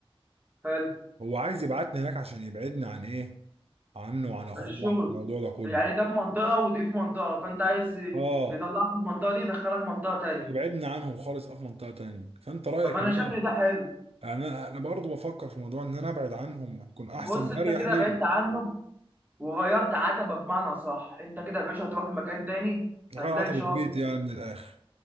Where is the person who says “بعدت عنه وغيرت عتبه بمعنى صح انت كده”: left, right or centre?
Right